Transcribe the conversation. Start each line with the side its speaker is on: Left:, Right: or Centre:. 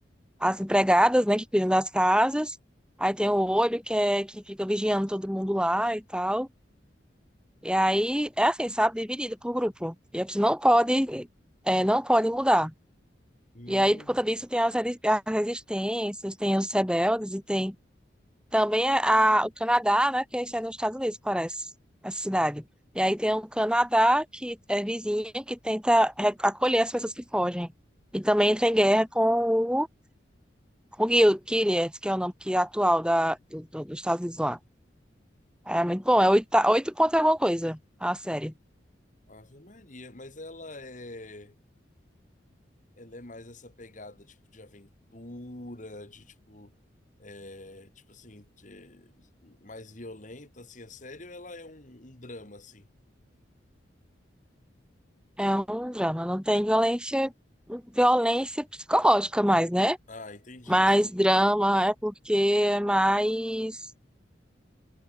Centre: as empregadas, né, que cuidam das casas. Aí tem o olho, que é que fica vigiando todo mundo lá e tal. E aí, é assim, sabe? Dividido por grupo. E a pessoa não pode, é, não pode mudar.
Left: Hum.
Centre: E aí, por conta disso, tem as resi- as resistências, tem os rebeldes e tem também a, a- o Canadá, né? Que é, isso é nos Estados Unidos, parece, essa cidade. E aí tem o Canadá, que é vizinho, que tenta re- acolher as pessoas que fogem. E também entra em guerra com o, com o Gil- Gilead, que é o nome que é atual da, do, do- dos Estados Unidos lá. É muito bom, é oito, oito pontos e alguma coisa, a série.
Left: Ave Maria, mas ela é, ela é mais essa pegada tipo de aventura, de tipo, é, tipo assim, de- mais violenta assim, a série, ou ela é um, um drama assim?
Centre: É um drama, não tem violência, violência psicológica mais, né?
Left: Ah, entendi,
Centre: Mais
Left: sim.
Centre: drama é porque é mais